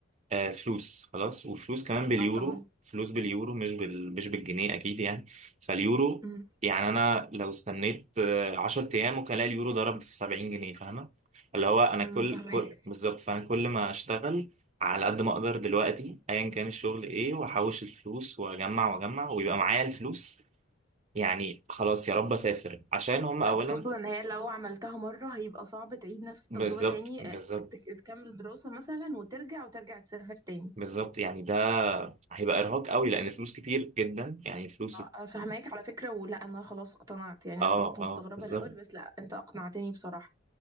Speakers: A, on the right (about 35°); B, on the right (about 20°).
A: آه فلوس خلاص وفلوس كمان باليورو
B: اه طبعا
A: فلوس باليورو مش بال... مش بالجنيه اكيد يعني فاليورو
B: امم
A: يعني انا لو استنيت آه 10 ايام ممكن الاقي اليورو ضرب في 70 جنيه فاهمه اللي هو انا
B: امم
A: كل
B: فهمك
A: كل بالظبط فانا كل ما اشتغل على قد ما اقدر دلوقتي ايا كان الشغل ايه واحوش الفلوس واجمع واجمع ويبقى معايا الفلوس يعني خلاص يا رب اسافر عشان هم اولا
B: انت تقصد ان هي لو عملتها مرة هيبقى صعب تعيد نفس التجربة
A: بالظبط
B: تاني
A: بالظبط
B: آه، تك- تكمل دراسة مثلا وترجع وترجع تسافر تاني
A: بالظبط يعني ده هيبقى ارهاق قوي لان فلوس كتير جدا يعني فلوس
B: اه فهماك على فكرة ولا انا خلاص اقتنعت يعني
A: اه
B: انا كنت مستغربة
A: اه بالظبط
B: الاول بس لا انت اقنعتني بصراحة